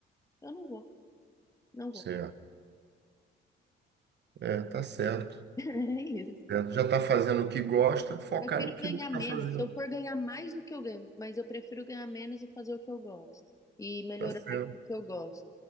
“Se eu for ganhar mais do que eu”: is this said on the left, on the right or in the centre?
Left